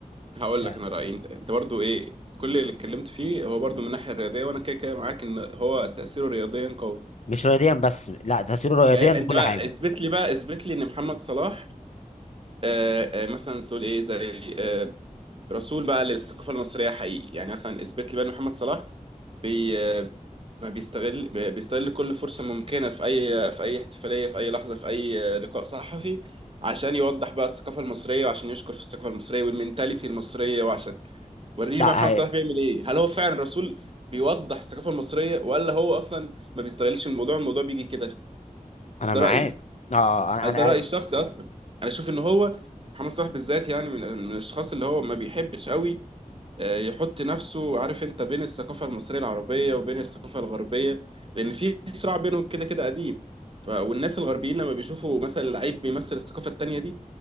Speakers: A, on the right (about 40°); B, on the left (about 55°).
A: هقول
B: مش عارف
A: لك أنا رأيي أنت أنت برضو إيه كل اللي اتكلمت فيه هو برضو من الناحية الرياضية وأنا كده كده معاك إن هو تأثيره رياضيا قوي
B: مش رياضيا بس لا تاثيره رياضيا
A: أيوة،
B: بكل
A: أنت بقى
B: حاجه
A: اثبت لي بقى اثبت لي إن محمد صلاح آه، آه، مثلا تقول إيه زي آه، رسول بقى للثقافه المصريه حقيقي يعني مثلا اثبت لي بقى ان محمد صلاح بي ما بيستغل بيستغل كل فرصه ممكنه في اي في اي احتفاليه في اي لحظه في اي لقاء صحفي عشان يوضح بقى الثقافه المصريه وعشان يشكر في الثقافه المصريه والمنتاليتي المصريه وعشان وريني
B: لا
A: بقى محمد
B: هي...
A: صلاح بيعمل ايه هل هو فعلا رسول بيوضح الثقافه المصريه ولا هو اصلا ما بيستغلش الموضوع الموضوع بيجي كده
B: انا
A: ده
B: معاك
A: رايي
B: اه انا
A: ده
B: انا
A: رايي
B: أ-
A: الشخصي اصلا انا اشوف ان هو محمد صلاح بالذات يعني من من الاشخاص اللي هو ما بيحبش قوي آه، يحط نفسه عارف انت بين الثقافة المصرية العربية وبين الثقافة الغربية لأن في صراع بينهم كده كده قديم ف- والناس الغربيين لما بيشوفوا مثلا لعيب بيمثل الثقافة التانية دي